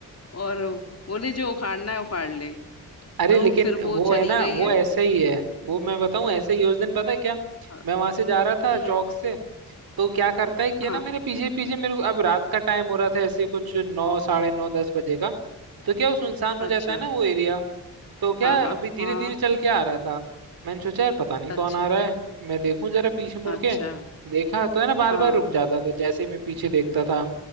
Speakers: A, on the left (about 40°); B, on the right (about 70°).
A: और बोले जो उखाड़ना है उखाड़ ले
B: अरे
A: तो
B: लेकिन
A: फिर
B: वो
A: वो चली
B: है ना
A: गई
B: वो
A: है
B: ऐसे ही है वो मैं बताऊं ऐसे ही है। उस दिन पता है क्या
A: अ,
B: मैं वहां से जा रहा था
A: हम्म
B: चौक से तो क्या करता है कि
A: हाँ
B: है ना मेरे पीछे पीछे मेरे को अब रात का टाइम हो रहा था ऐसे कुछ नौ साढ़े नौ दस बजे का तो क्या वो सुनसान हो
A: अच्छा
B: जाता है ना वो एरिया तो क्या
A: हाँ हाँ
B: अभी धीरे
A: हाँ
B: धीरे चल के आ रहा था मैंने सोचा यार पता नहीं कौन
A: अच्छा
B: आ रहा है मैं देखूं जरा पीछे मुड़
A: अच्छा
B: के देखा तो है ना बार
A: हाँ
B: बार रुक जाता था जैसे ही मैं पीछे देखता था